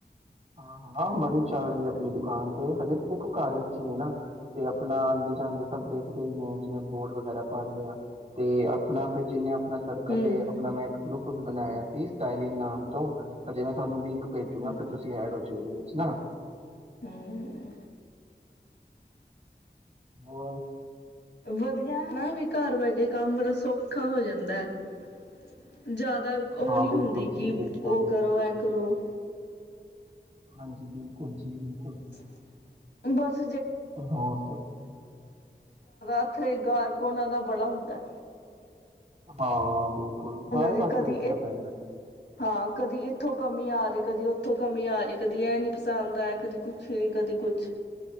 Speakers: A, on the right (about 40°); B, on the left (about 75°).
A: ਹਾਂ-ਹਾਂ ਬੜੀ ਚੱਲ ਰਹੀ ਆਪਣੀ ਦੁਕਾਨ ਤੇ ਹਜੇ ਤੇ ਦੇਖੋ ਘਰ ਵਿਚ ਹੀ ਹੈ ਨਾ ਤੇ ਆਪਣਾ ਆਉਂਦੇ ਜਾਂਦੇ ਸਭ ਦੇਖਦੇ ਹੀ ਨੇ ਜਿਵੇਂ ਬੋਰਡ ਵਗੈਰਾ ਪੜ ਲਿਆ ਤੇ ਆਪਣਾ ਫਿਰ ਜਿੰਨੇ ਆਪਣਾ ਸਰਕਲ
B: ਹੂੰ,
A: ਏ ਆਪਣਾ ਮੈਂ ਗਰੁੱਪ ਵੀ ਬਣਾਇਆ ਸੀ ਸਟਾਇਲੀਨ ਨਾਮ ਤੋਂ ਅਜੇ ਮੈਂ ਤੁਹਾਨੂੰ ਲਿੰਕ ਭੇਜੁੰਗਾ
B: ਹੂੰ,
A: ਫੇਰ ਤੁਸੀਂ ਐਡ ਹੋ ਜ ਉਹਦੇ ਵਿੱਚ ਨਾ।
B: ਹੂੰ
A: ਹੋਰ,
B: ਵਧੀਆ ਹਨਾ ਵੀ ਘਰ ਬਹਿ ਕੇ ਕੰਮ ਬੜਾ ਸੌਖਾ ਹੋ ਜਾਂਦਾ ਹੈ। ਜ਼ਿਆਦਾ ਉਹ
A: ਹਾਂ
B: ਨਹੀਂ
A: ਬਿਲਕੁਲ
B: ਹੁੰਦੀ ਕਿ,
A: ਜੀ ਬਿਲਕੁਲ।
B: ਉਹ ਕਰੋ ਇਹ ਕਰੋ।
A: ਹਾਂ, ਬਿਲਕੁਲ ਜੀ ਬਿਲਕੁਲ।
B: <unintelligible> ਜ਼ਿਆਦਾ
A: ਹੋਰ
B: ਅੱਥਰੇ ਗਾਰ ਔਨਾਂ ਦਾ ਬੜਾ ਹੁੰਦਾ ਹੈ।
A: ਹਾਂ। ਬਿਲਕੁਲ ਸਾਰੇ
B: ਦੀ
A: ਪਾਸੇ
B: ਕਦੀ
A: ਵੇਖਣਾ
B: ਇ
A: ਪੈਂਦਾ ਹੈ।
B: ਹਾਂ, ਕਦੀ ਇੱਥੋਂ ਕਮੀ ਆ ਰਹੀ ਕਦੀ ਉੱਥੋਂ ਕਮੀ ਆ ਰਹੀ ਕਦੀ ਇਹ ਨੀ ਪਸੰਦ ਆਇਆ ਕਦੀ ਕੁਛ ਨੀ ਕਦੀ ਕੁਛ